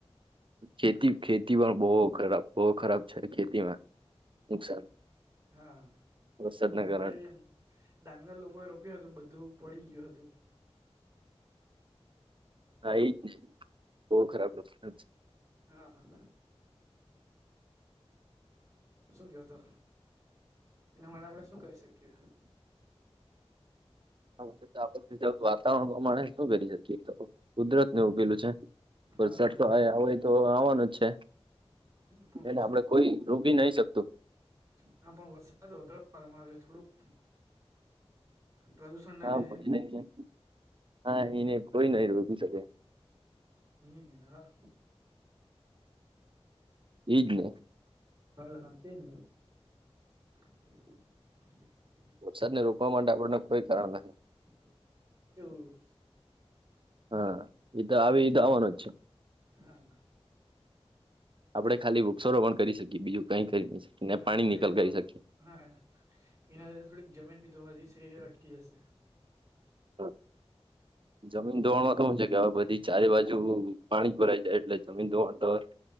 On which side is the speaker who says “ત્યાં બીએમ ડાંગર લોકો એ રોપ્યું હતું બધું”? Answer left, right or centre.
Right